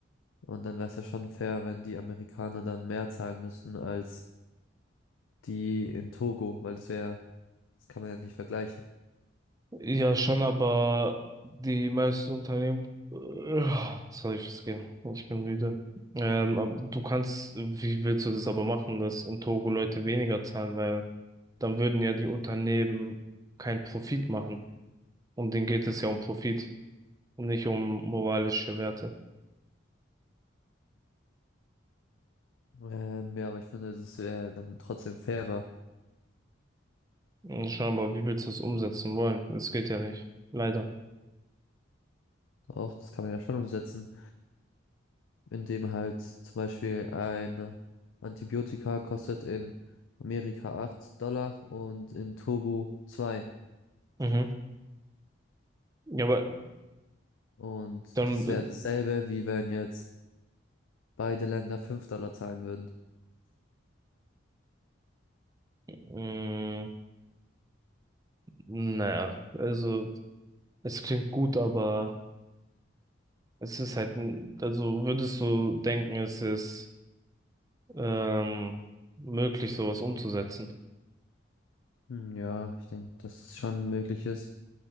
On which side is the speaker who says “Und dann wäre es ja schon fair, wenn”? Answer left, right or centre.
Left